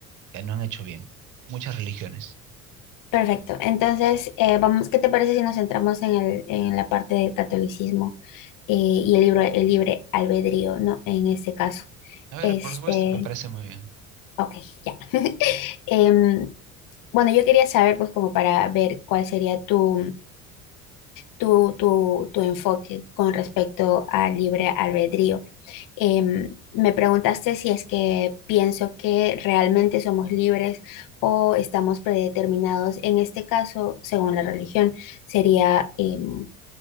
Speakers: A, on the right (about 45°); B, on the left (about 50°).
A: que no han hecho bien. Muchas religiones.
B: Perfecto. Entonces, eh, vamos, ¿qué te parece si nos centramos en el, en la parte del catolicismo eh, y el libro, el libre albedrío, ¿no? En este caso.
A: A ver,
B: Este,
A: por supuesto, me parece muy bien.
B: ok, ya. Em, bueno, yo quería saber, pues, como para ver cuál sería tu, tu, tu, tu enfoque con respecto al libre albedrío. Em, me preguntaste si es que pienso que realmente somos libres o estamos predeterminados. En este caso, según la religión, sería em,